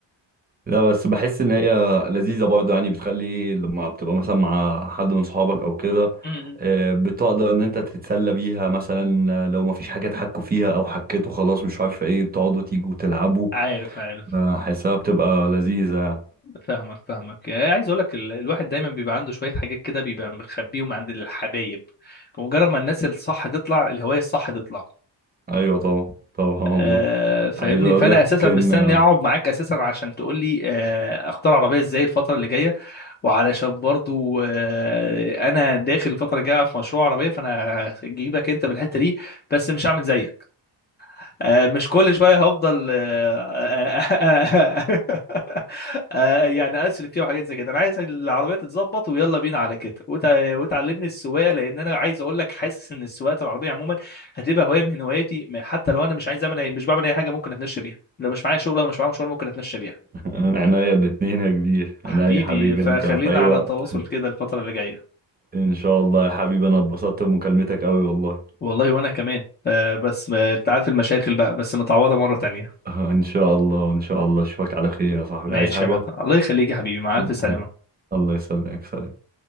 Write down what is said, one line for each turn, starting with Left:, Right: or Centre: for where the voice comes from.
Right: لا بس بحس ان هي لذيذة برضه يعني بتخلي لما بتبقى مثلا مع حد من صحابك او كده
Left: م- م.
Right: آه، بتقدر ان انت تتسلى بيها مثلا آه، لو مفيش حاجة تحكوا فيها او حكيتوا خلاص مش عارفة ايه بتقعدوا تيجوا تلعبوا
Left: عارف عارف
Right: آه، حاسها بتبقى لذيذة يعني.
Left: فاهمك فاهمك يعني عايز اقول لك الواحد دايما بيبقى عنده شويه حاجات كده بيبقى مخبيهم عند الحبايب بمجرد ما الناس الصح تطلع الهوايه الصح تطلع
Right: ايوه طبعا طبعا والله
Left: آه فاهمني
Right: عايز اقول
Left: فانا
Right: لك
Left: اساسا
Right: كان
Left: مستني
Right: <laughs>
Left: اقعد معاك اساسا عشان تقول لي آه اختار عربيه ازاي الفتره اللي جايه وعلشان برضو آه انا داخل الفتره الجايه في مشروع عربيه فانا هجيبك انت بالحته دي بس مش هعمل زيك آه، مش كل شويه هفضل آه، آه، <laughs> آه، آه، يعني اسري فيها وحاجات زي كده انا عايز العربيه تتظبط ويلا بينا على كده وت- وتعلمني السواقه لان انا عايز اقول لك حاسس ان السواقه العربيه عموما هتبقى هوايه من هواياتي م- حتى لو انا مش عايز اعمل أي- مش بعمل اي حاجه ممكن اتمشى بيها لو مش معايا شغل او مش معايا مشوار ممكن اتمشى بيها
Right: انا عينيا الاتنين يا كبير
Left: حبيبي
Right: انا يا حبيبي
Left: فخلينا
Right: انت في اي
Left: على
Right: وقت
Left: تواصل كده الفتره اللي جايه
Right: ان شاء الله يا حبيبي انا اتبسطت بمكالمتك قوي والله
Left: والله وانا كمان آه، بس آه، انت عارف المشاكل بقى بس متعوضه مره تانية
Right: <laughs> ان شاء الله ان شاء الله اشوفك على خير يا صاحبي
Left: ماشي
Right: عايز حاجة
Left: يا بطل الله يخليك يا حبيبي مع الف
Right: <laughs>
Left: سلامه
Right: الله يسلمك سلام